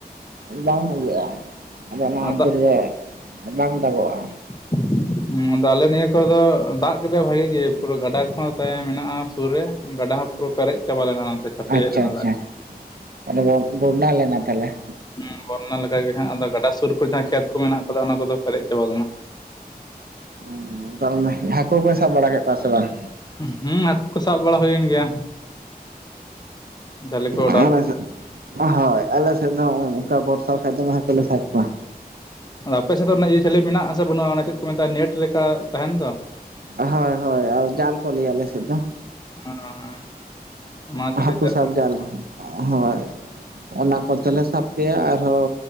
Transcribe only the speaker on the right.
ᱵᱟᱝ ᱦᱩᱭᱩᱜ-ᱟ᱾ᱟᱫᱚ ᱚᱱᱟ
ᱠᱷᱟᱹᱛᱤᱨ ᱜᱮ ᱵᱟᱝ ᱫᱟᱜᱚᱜᱼᱟ᱾
ᱟᱪᱪᱷᱟ
ᱟᱪᱪᱷᱟ
ᱟᱪᱪᱷᱟ᱾ᱛᱟᱦᱚᱞᱮ ᱵᱚ‌ᱵᱷᱟᱱᱱᱟ ᱞᱮᱱᱟ ᱛᱟᱦᱚᱞᱮ ᱾
<unintelligible> ᱦᱟᱹᱠᱩ ᱯᱮ ᱥᱟᱵ ᱵᱟᱲᱟ ᱠᱮᱫ ᱠᱚᱣᱟ ᱥᱮ ᱵᱟᱝ?
ᱟᱞᱮ ᱥᱮᱫ ᱦᱳᱭ ᱾ ᱟᱞᱮ ᱥᱮᱫ ᱫᱚ ᱚᱱᱠᱟ ᱵᱚᱨᱥᱟ ᱠᱷᱟᱡ ᱫᱚ ᱦᱟᱹᱠᱩ ᱠᱚᱞᱮ ᱥᱟᱵ ᱠᱚᱣᱟ ᱾
ᱦᱳᱭ ᱦᱳᱭ ᱾ ᱟᱨ ᱡᱟᱞ ᱠᱚ ᱞᱟᱹᱭᱟ ᱟᱞᱮ ᱥᱮᱫ ᱫᱚ ᱾
ᱦᱟᱹᱠᱩ
ᱥᱟᱵ ᱡᱟᱞ ᱦᱚᱸ, ᱦᱳᱭ, ᱚᱱᱟ ᱠᱚᱛᱮᱞᱮ ᱥᱟᱵ ᱠᱮᱭᱟ ᱟᱨᱦᱚᱸ